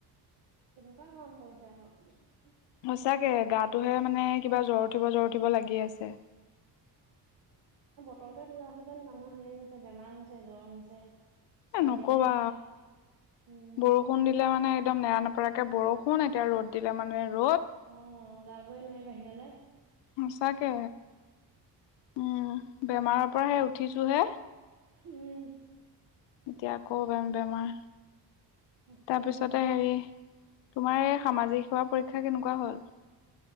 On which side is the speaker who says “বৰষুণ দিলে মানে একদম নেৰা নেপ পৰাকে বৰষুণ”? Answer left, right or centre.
Left